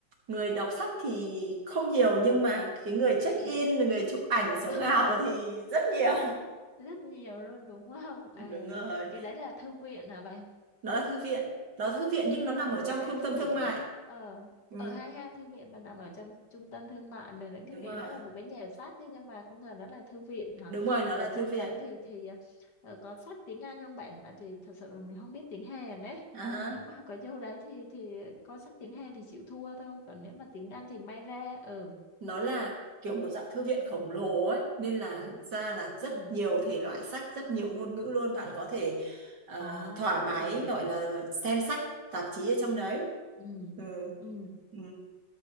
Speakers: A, on the right; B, on the left.
A: người đọc sách thì không nhiều nhưng mà cái người check
B: ừ
A: in người chụp ảnh sống
B: <laughs>
A: ảo
B: ừ
A: thì rất nhiều
B: rất nhiều luôn đúng không à
A: <laughs> đúng rồi
B: cái đấy là thư viện hả bạn
A: nó là thư viện nó là thư viện nhưng nó nằm
B: Ờ,
A: ở
B: mình
A: trong
B: lại
A: trung
B: cứ
A: tâm
B: tưởng
A: thương mại
B: ờ
A: ừ,
B: ở hai ha thư viện mà nằm ở trong trung tâm thương mại mình lại
A: đúng
B: cứ nghĩ
A: rồi
B: đó là một cái nhà sách chứ nhưng mà không ngờ đó là thư viện hả
A: đúng rồi nó
B: ở
A: là
B: trong
A: thư viện
B: đấy thì thì ờ, có sách tiếng Anh không bạn tại vì thật sự là mình không biết tiếng Hàn đấy
A: à,
B: nếu mà có vô đấy thì thì có sách tiếng Hàn thì chịu thua thôi còn nếu mà tiếng Anh thì may ra ừ
A: nó là kiểu một dạng thư viện khổng lồ ấy nên là thực ra là rất
B: ừ
A: nhiều thể loại sách rất nhiều ngôn ngữ luôn bạn có thể ờ,
B: ồ
A: thoải mái gọi là xem sách tạp chí ở trong đấy
B: ừ
A: ừ,
B: ừ
A: ừ,